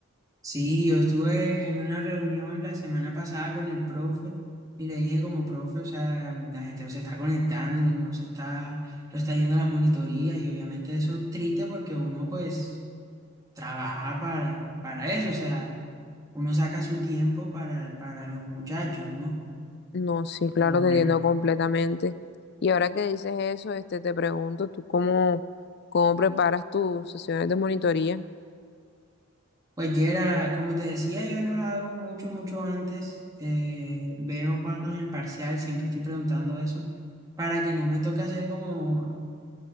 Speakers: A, on the right; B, on the left.
A: Sí, yo estuve en una reunión la semana pasada con el profe y le dije como profe, o sea, la gente no se está conectando, no se está, no está yendo a las monitorías y obviamente eso es triste porque uno pues trabaja para, para eso, o sea, uno saca su tiempo para, para los muchachos, ¿no?
B: No, sí, claro,
A: Pero bueno,
B: te entiendo completamente. Y ahora que dices eso, este, te pregunto, ¿tú cómo, cómo preparas tus sesiones de monitoría?
A: pues Yera, como te decía, yo lo hago mucho, mucho antes, eh, veo cuándo es el parcial, siempre estoy preguntando eso para que no me toque hacer como